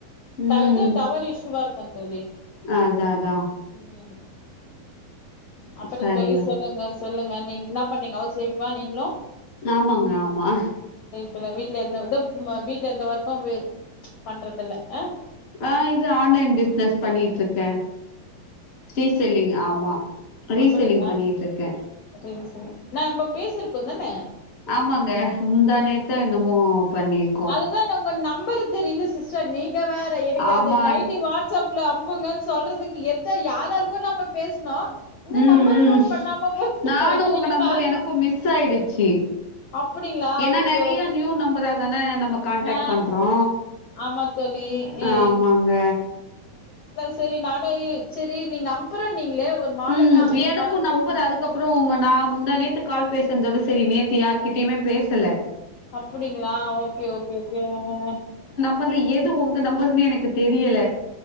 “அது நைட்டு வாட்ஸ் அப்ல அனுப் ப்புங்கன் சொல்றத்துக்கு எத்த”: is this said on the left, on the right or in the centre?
Left